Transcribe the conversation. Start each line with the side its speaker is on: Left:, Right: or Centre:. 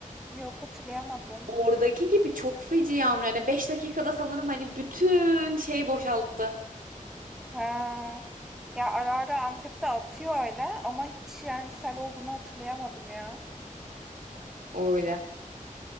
Centre: Yok, hatırlayamadım.
Right: Oradaki gibi çok feci yağmur. Yani 5 dakikada sanırım hani bütün şeyi boşalttı.
Centre: Ha, Ya ara ara Antep'te atıyor öyle ama hiç yani sel olduğunu hatırlayamadım ya.
Right: Öyle.